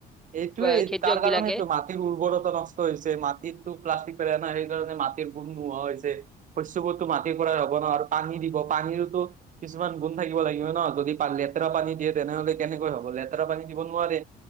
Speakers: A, on the right; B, in the centre.
A: এইটোৱেই
B: বা খেতিয়ক
A: তাৰ কাৰণেইটো
B: বিলাকে
A: মাটিৰ উৰ্বৰতা নষ্ট হৈছে মাটিত। প্লাষ্টিক প নাই সেইকাৰণে মাটিৰ গুণ নোহোৱা হৈছে শস্যবোৰতো, মাটিৰ পৰাই হ'ব ন আৰু পানী দিব পানীৰতো কিছুমান গুণ থাকিব লাগিব ন যদি লেতেৰা পানী দিয়ে তেনেহ'লে কেনেকৈ হ'ব লেতেৰা পানী দিব নোৱাৰে